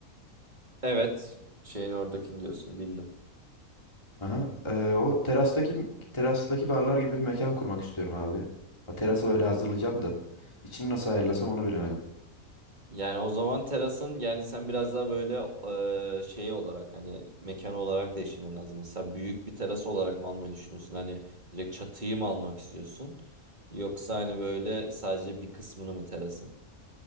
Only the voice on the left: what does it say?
Aha, eee, o terastaki terastaki barlar gibi bir mekan kurmak istiyorum abi. O terası öyle hazırlayacağım da. İçini nasıl ayarlasam onu bilemedim.